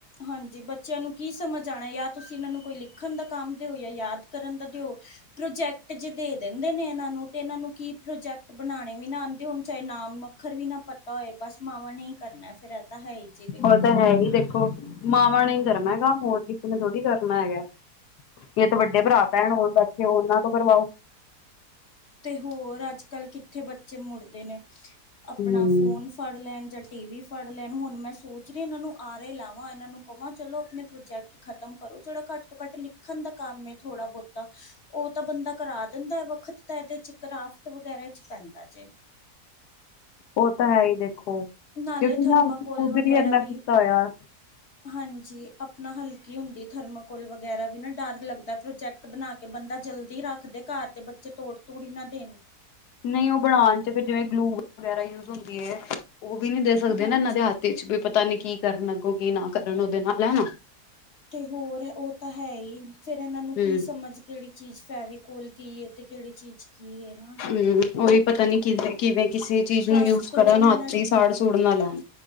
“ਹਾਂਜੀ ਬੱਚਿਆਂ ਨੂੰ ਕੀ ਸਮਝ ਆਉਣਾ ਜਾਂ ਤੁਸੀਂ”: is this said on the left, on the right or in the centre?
Left